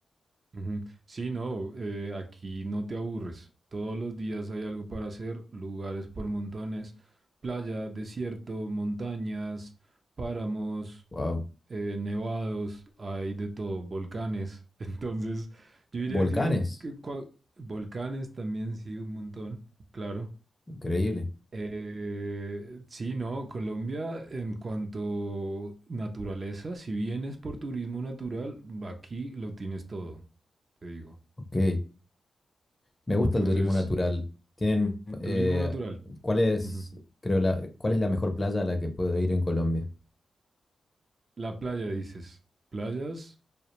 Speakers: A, on the right; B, on the left.
A: Ujú. Sí, no, eh, aquí no te aburres. Todos los días hay algo para hacer, lugares por montones, playa, desierto, montañas, páramos.
B: Wow.
A: eh, nevados, hay de todo, volcanes. <laughs> Entonces, yo diría
B: Volcanes.
A: que, que cua- volcanes también sí, un montón, claro.
B: Increíble.
A: Eh, sí, no, Colombia en cuanto naturaleza, si vienes por turismo natural, aquí lo tienes todo, te digo.
B: Ok. Me gusta
A: Entonces,
B: el turismo natural. Tienen, eh,
A: turismo natural.
B: ¿cuál es,
A: ujú.
B: creo, la, cuál es la mejor playa a la que puedo ir en Colombia?
A: La playa, dices. Playas,